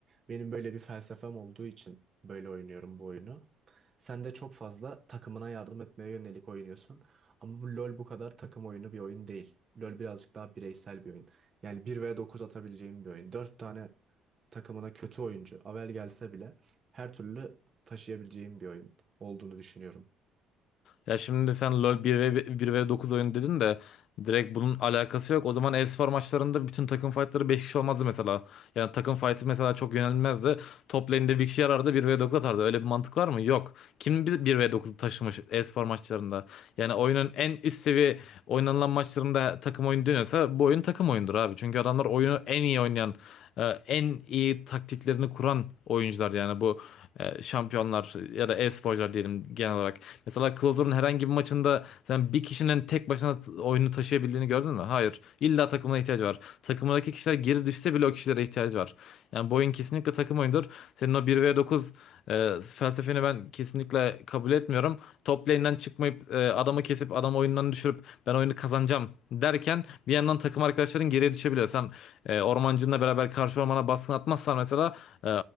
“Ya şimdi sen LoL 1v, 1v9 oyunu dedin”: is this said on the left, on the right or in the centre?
Left